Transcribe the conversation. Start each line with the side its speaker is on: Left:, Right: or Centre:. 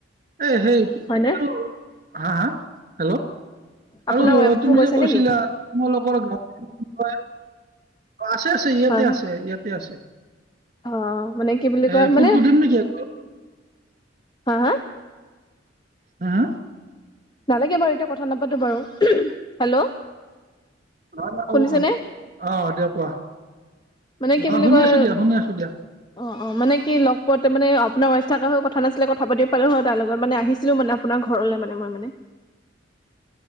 Right: এ সেই
Left: হয়নে
Right: আৰু হা হা হেল্ল'
Left: আপোনাৰ
Right: আৰু
Left: ৱাইফো
Right: তুমি
Left: গৈছে
Right: যে কৈছিলা
Left: নেকি
Right: তোমালোকৰ হয়, আছে আছে ইয়াতে
Left: হা হা
Right: আছে ইয়াতে আছে।
Left: অ', মানে কি বুলি
Right: এ
Left: কয়
Right: ফোনটো
Left: মানে
Right: দিম নেকি আকৌ।
Left: হা হা?
Right: হা হাঁ।
Left: নালাগে বাৰু এতিয়া কথা নাপাতো বাৰু, হেল্ল।
Right: নহয় নহয়
Left: শুনিছেনে
Right: অ, অঁ দিয়া কোৱা।
Left: মানে কি
Right: অ
Left: বুলি
Right: শুনি
Left: কয়,
Right: আছো দিয়া শুনি আছো দিয়া
Left: অঁ অ, মানে কি লগ পোৱাতে মানে আপোনাৰ উৱাইফ থকা হৈ কথা নাছিলে কথা পাতি পালো হয়, তাৰ লগত মানে আহিছিলো মানে আপোনাৰ ঘৰলৈ মানে মই মানে।